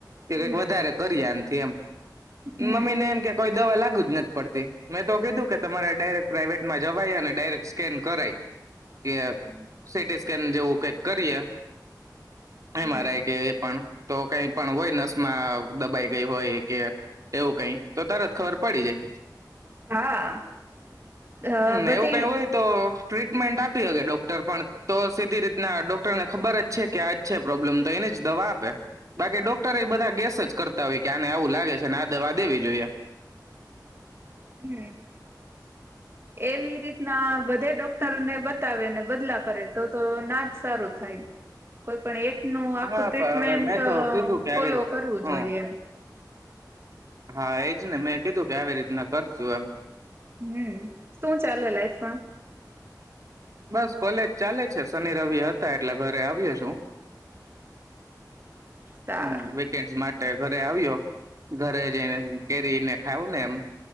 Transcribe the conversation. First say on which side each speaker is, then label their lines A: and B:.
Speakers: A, on the right; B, on the right.
A: કે
B: હમ
A: કઈક વધારે કરીએથી એમ. મમ્મી
B: હમ
A: ને એમ કે કોઈ દવા લાગુ જ નથી પડતી મેં તો કીધું કે તમારે ડાયરેક્ટ પ્રાઇવેટમાં જવાય અને ડાયરેક્ટ સ્કેન કરાય. કે
B: હમ
A: સીટી સ્કેન જેવું કઈક કરીએ એમઆરઆઈ
B: હમ
A: કે એ પણ. તો કઈ પણ હોય નસમાં દબાઈ ગઈ હોય કે એવું કઈ તો તરત ખબર પડી જાય.
B: હા અ
A: હમ્મ
B: બધી
A: એવું કઈ હોય તો ટ્રીટમેન્ટ આપી હકે ડોક્ટર પણ તો સીધી રીતના ડોક્ટરને ખબર જ છે કે આજ છે પ્રોબ્લેમ તો એની જ દવા આપે. બાકી ડોક્ટર એ બધા ગેસ જ કરતા હોય કે આને આવું લાગે છે ને આ દવા દેવી જોઈએ.
B: હમ્મ એવી રીતના બધે ડોક્ટરોને બતાવે ને બદલા કરે તો તો નાજ સારું થાય કોઈ પણ એક નું આખું
A: હા
B: ટ્રીટમેન્ટ
A: પણ હવે મેં તો કીધું કે
B: ફોલો
A: આવી રીતે
B: કરવું
A: હમ
B: જોઈએમ.
A: હા એજ ને મેં કીધું કે આવી રીતના કરજું એમ.
B: હમ્મ શું ચાલે લાાઈફમાં
A: બસ કોલેજ ચાલે છે શનિ રવિ હતા એટલે ઘરે આવી્યો છું.
B: સારું
A: હ વેકેશન માટે. ઘરે આવ્યો ઘરે જઈને કેરી ને ખાઉ ને એમ.